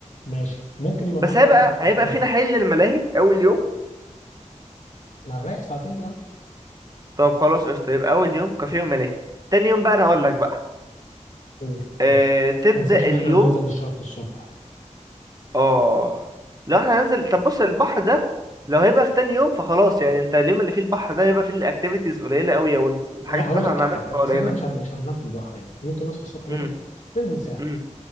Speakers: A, on the left (about 75°); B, on the right (about 30°).
A: ماشي ممكن يبقى
B: بس
A: معانا
B: هيبقى
A: وقت نروح حته
B: هيبقى
A: تانيه
B: فينا حل للملاهي أول يوم
A: احنا هنريح ساعتين الاول
B: طب خلاص قشطة يبقى أول يوم كافيه وملاهي تاني يوم بقى أنا أقول لك بقى
A: قول
B: أه
A: ماشي
B: تبدأ
A: ما تنساش ان
B: اليوم
A: احنا هننزل نشاط الصبح
B: اه لو احنا هننزل طب بص البحر ده لو هيبقى في تاني يوم فخلاص يعني انت اليوم اللي فيه البحر ده هيبقى فيه الاكتيفيتيز قليلة قوي او الحاجات
A: لا هقول
B: اللي احنا
A: لك
B: هنعملها
A: على حاجه
B: تبقى
A: انت
B: قليلة
A: احنا مش هن... مش هننام في البحر يعني إحنا ممكن نصحى الصبح بدري
B: امم
A: ننزل ساعه
B: امم